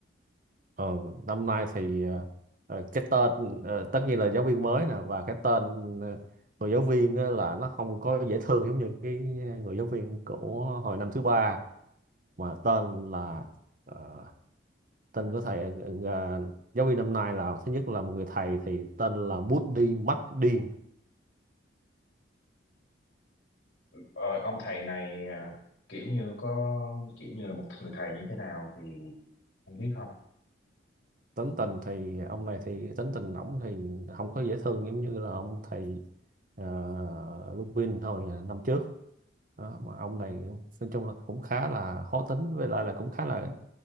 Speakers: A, on the right; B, on the left.
A: Ờ, năm nay thì ờ, ờ, cái tên ờ, tất nhiên là giáo viên mới nè và cái tên ờ, người giáo viên á là nó không có dễ thương giống như cái người giáo viên của hồi năm thứ ba mà tên là ờ, tên của thầy ờ, ờ, giáo viên năm nay là thứ nhất là một người thầy thì tên là bút đi mắt điên
B: ờ, ông thầy này à, kiểu như có kiểu như là một người thầy như thế nào thì không biết không
A: tính tình thì ông này thì tính tình ổng thì không có dễ thương giống như là ông thầy uh, Lupin hồi ờ, năm trước Đó, mà ông này nói chung là cũng khá là khó tính với lại là cũng khá là